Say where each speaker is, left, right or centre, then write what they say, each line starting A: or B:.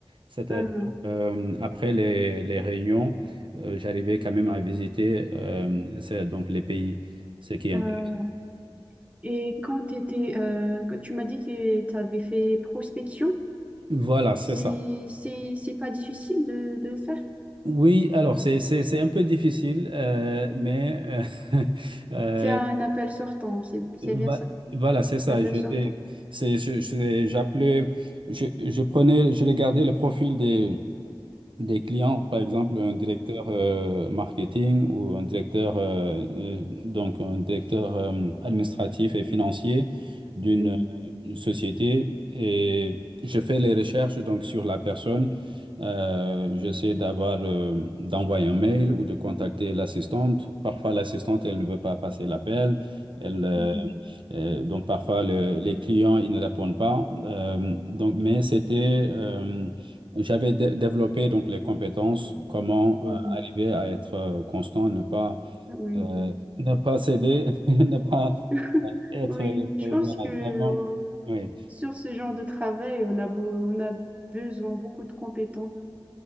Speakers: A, on the right; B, on the right.
A: c'est-à-dire
B: Mhm.
A: euh, après les, les réunions, euh, j'arrivais quand même à visiter euh, c'est- donc les pays, ce qui est intéressant.
B: Euh, et quand tu étais, tu m'as dit que tu avais fait prospection.
A: Voilà, c'est
B: C'est,
A: ça.
B: c'est, c'est pas difficile de, de le faire.
A: Oui, alors c'est c'est c'est un peu difficile, euh, mais euh, <laughs> euh,
B: C'est un appel sortant, c'est, c'est
A: va-
B: bien ça,
A: voilà, c'est ça.
B: un appel
A: J'étais,
B: sortant.
A: c'est je- je- j'appelais, je, je prenais, je regardais le profil des des clients, par exemple un directeur euh, marketing ou un directeur euh, euh, donc un directeur euh, administratif et financier d'une
B: Mhm,
A: euh, une société et je fais les recherches donc sur la personne. Euh, j'essaie d'avoir euh, d'envoyer un mail ou de contacter l'assistante. Parfois l'assistante elle ne veut pas passer l'appel. Elle euh,
B: mhm,
A: euh, donc parfois le- les clients ils ne répondent pas. Euh, donc mais c'était euh, j'avais dé- développé donc les compétences, comment
B: mhm.
A: euh, arriver
B: mhm,
A: à être euh, constant, ne pas,
B: Oui.
A: euh, ne pas céder, <laughs> ne pas
B: <laughs>
A: être
B: Oui,
A: euh,
B: je pense
A: voilà,
B: que euh,
A: vraiment. Oui,
B: sur ce genre de travail, on a, beau- on a besoin beaucoup de compétences.